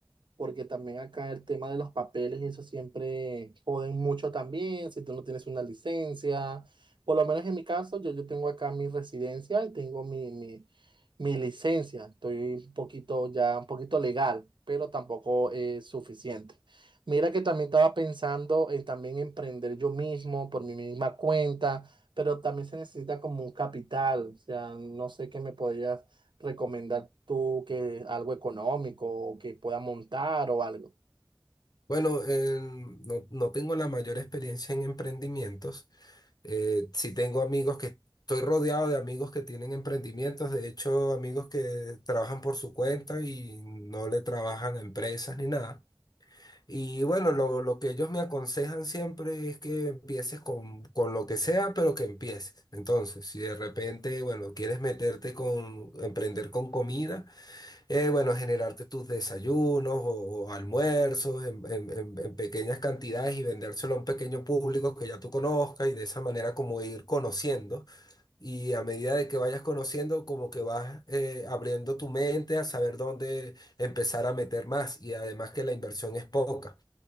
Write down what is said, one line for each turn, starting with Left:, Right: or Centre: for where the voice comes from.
Right: porque también acá el tema de los papeles y eso siempre joden mucho también, si tú no tienes una licencia, por lo menos en mi caso, yo, yo tengo acá mi residencia y tengo mi, mi, mi licencia, estoy un poquito ya, un poquito legal, pero tampoco es suficiente. Mira que también estaba pensando en también emprender yo mismo por mi misma cuenta, pero también se necesita como un capital, o sea, no sé qué me podría recomendar tú que algo económico o que pueda montar o algo?
Left: Bueno, en- no, no tengo la mayor experiencia en emprendimientos. Eh, sí tengo amigos que, estoy rodeado de amigos que tienen emprendimientos, de hecho amigos que trabajan por su cuenta y no le trabajan a empresas ni nada. Y bueno, lo, lo que ellos me aconsejan siempre es que empieces con, con lo que sea, pero que empieces. Entonces, si de repente, bueno, quieres meterte con, emprender con comida. Eh, bueno, generarte tus desayunos o, o almuerzos en, en- en- en pequeñas cantidades y vendérselo a un pequeño público que ya tú conozcas y de esa manera como ir conociendo y a medida de que vayas conociendo como que vas eh, abriendo tu mente a saber dónde empezar a meter más y además que la inversión es poca.